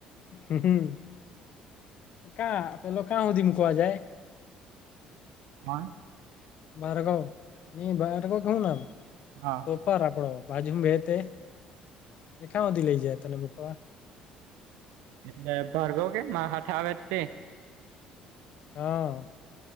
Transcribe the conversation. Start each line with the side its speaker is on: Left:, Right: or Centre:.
Left: હમ કા પેલો કા સુધી મુકવા જાય.
Right: <unintelligible>
Left: ભાર્ગવ એ ભાર્ગવ કે હું નામ
Right: હા.
Left: ઉપર આપડો બાજુમાં બેહે તે એ કા હુધી લઈ જાય તને મૂકવા.
Right: એટલે ભાર્ગવ કે મા હાથે આવે તે.
Left: હા.